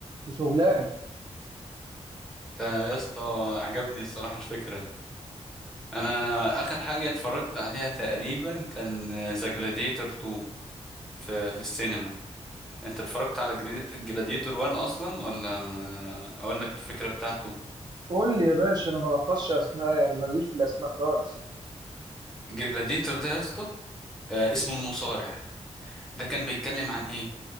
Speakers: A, on the right; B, in the centre.
A: وشغلانه
B: ده يا اسطى عجبني الصراحة الفكرة انا اخر حاجة اتفرجت عليها تقريبا كان ذا جلاديتور 2 في في السينما انت اتفرجت على جلاديتور 1 اصلا ولا ما- اقول لك الفكرة بتاعته
A: قول لي يا باشا انا ما بحفظش اسماء يعني ماليش في الاسماء خالص
B: جلاديتور ده يا اسطى آه، اسمه المصارع ده كان بيتكلم عن ايه